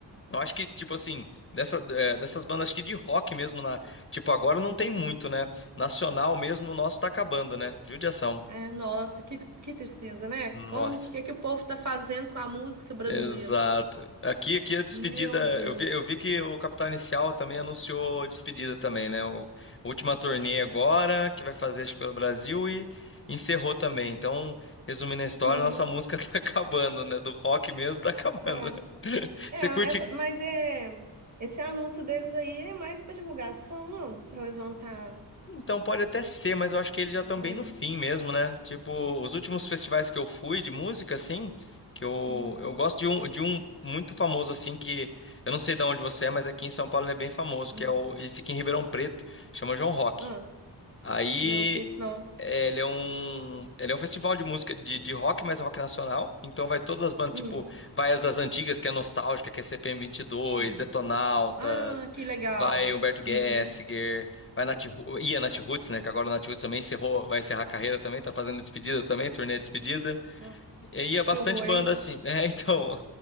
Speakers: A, on the left; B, on the right.
A: eu acho que, tipo assim, dessa, é, dessas bandas acho que de rock mesmo, na, tipo, agora não tem muito,
B: Uhum.
A: né? Nacional mesmo, o nosso tá acabando, né? Judiação.
B: É, nossa, que, que tristeza, né?
A: Nossa,
B: Como que, que o povo está fazendo com a música brasileira?
A: exato. Aqui, aqui a despedida.
B: Meu Deus.
A: Eu vi, eu vi que o Capital Inicial também anunciou despedida também, né? O, a última turnê agora, que vai fazer acho que pelo Brasil e encerrou também. Então, resumindo a história,
B: Uhum.
A: nossa música <laughs> tá acabando, né? Do rock mesmo tá acabando.
B: É,
A: <laughs> Você
B: é
A: curte.
B: essa, mas é esse anúncio deles aí é mais para divulgação, não? Para levantar.
A: Então pode até ser, mas eu acho que eles já estão
B: É,
A: bem no fim mesmo, né? Tipo, os últimos festivais que eu fui de música, assim, que eu,
B: uhum,
A: eu gosto de um, de um muito famoso, assim, que eu não sei de onde você é, mas aqui em São Paulo ele é bem famoso,
B: uhum.
A: que é o, ele fica em Ribeirão Preto, chama João Rock.
B: Ah,
A: Aí
B: não, com isso não.
A: ele é um, ele é um festival de música de, de rock, mas é rock nacional. Então vai todas as bandas,
B: Hum,
A: tipo, vai as das antigas, que é nostálgica, que é CPM 22,
B: uhum.
A: Detonautas,
B: Ah, que legal.
A: vai Humberto
B: Uhum.
A: Gessinger, vai Nat, Ru- ia Nat Roots, né? Que agora o Nat Roots também encerrou, vai encerrar a carreira também, tá fazendo despedida também, turnê de despedida.
B: Nossa,
A: E ia
B: que
A: bastante
B: horror,
A: banda
B: hein?
A: assim, né? <laughs> Então,